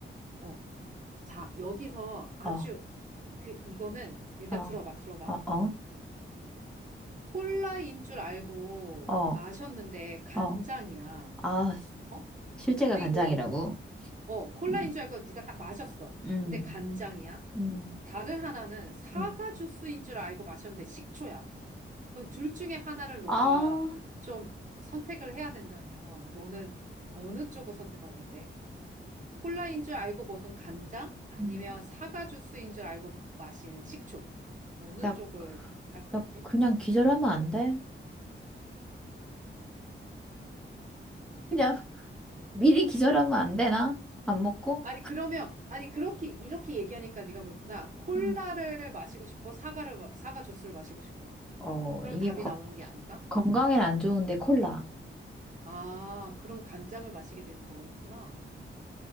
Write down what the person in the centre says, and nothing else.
어,
어,
어, 어,
어,
어. 아,
실제가
간장이라고.
음.
음,
음,
음.
아,
음.
나,
나
그냥 기절하면 안 돼? 그냥 미리 기절하면 안 되나? 안 먹고?
음.
어,
이게
거-
건강엔 안 좋은데 콜라.